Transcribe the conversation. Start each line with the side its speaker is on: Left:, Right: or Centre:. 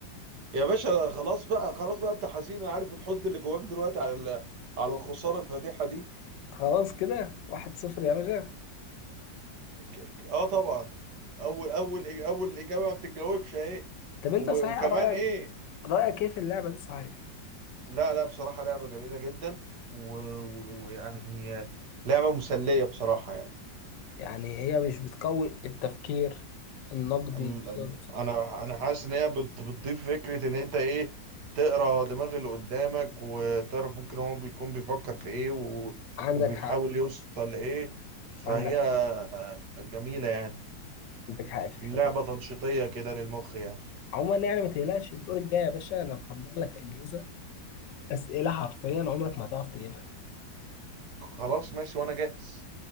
Right: يا باشا خلاص بقى خلاص بقى انت حزين انا عارف الحزن اللي جواك دلوقتي على ال- على الخساره الفادحه دي
Left: خلاص كده واحد صفر يا باشا
Right: ك- ك- اه طبعا اول اول اول اجابه ما بتتجاوبش اهي
Left: طب انت
Right: و-
Left: صحيح
Right: وكمان
Left: رأيك
Right: ايه
Left: رأيك ايه في اللعبة دي صحيح
Right: لا لا بصراحه لعبه جميله جدا و- و- ويعني هي لعبه مسليه بصراحه يعني
Left: يعني هي مش بتقوي التفكير النقدي
Right: ال-
Left: بت-
Right: انا انا حاسس ان هي بت- بتضيف فكره ان انت ايه تقرا دماغ اللي قدامك وتعرف ممكن هو بيكون بيفكر في ايه و-
Left: عندك
Right: وبيحاول
Left: حق
Right: يوصل لايه فهي
Left: عندك
Right: جميله يعني
Left: عندك حق في الحتة
Right: لعبه
Left: دي
Right: تنشيطيه كده للمخ يعني
Left: عموما يعني ما تقلقش الدور الجاي يا باشا انا محضر لك أجهزة أسئلة حرفيا عمرك ما هتعرف تجيبها
Right: خلاص ماشي وانا جاهز